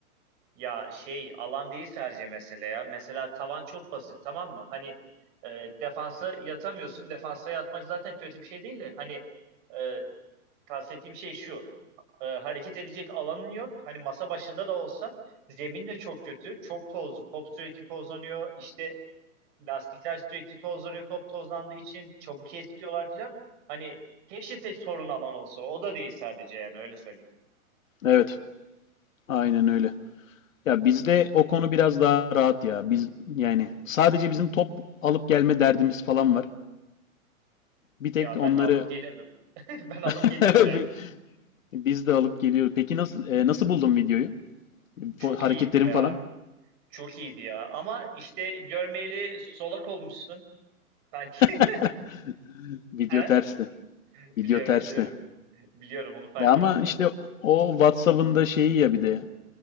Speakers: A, on the right; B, on the left.
A: Ya şey alan değil sadece mesele ya. Mesela tavan çok basit tamam mı? Hani e, defansa yatamıyorsun. Defansa yatmak zaten kötü bir şey değil de. Hani e, kastettiğim şey şu. E, hareket edecek alanın yok. Hani masa başında da olsa zemin de çok kötü. Çok tozlu. Top sürekli tozlanıyor. İşte lastikler sürekli tozlanıyor. Top tozlandığı için çabuk eskiyorlar filan. Hani keşke tek sorun alan olsa. O da değil sadece yani öyle söyleyeyim.
B: Evet, aynen öyle. Ya bizde o konu biraz daha rahat ya. Biz yani sadece bizim top alıp gelme derdimiz falan var. Bir tek
A: Ya
B: onları
A: ben alıp gelirdim. <laughs> Ben alıp
B: <laughs>
A: gelirim yani.
B: bi- biz de alıp geliyoruz. Peki nasıl e, nasıl buldun videoyu?
A: Çok
B: hareketlerim
A: iyiydi ya.
B: falan.
A: Çok iyiydi ya. Ama işte görmeyeli solak olmuşsun sanki.
B: <laughs>
A: <laughs>
B: Video
A: He?
B: tersti.
A: Biliyorum
B: Video tersti.
A: biliyorum. Biliyorum onu fark
B: Ya ama
A: ettim zaten.
B: işte o WhatsApp'ın da şeyi ya bir de.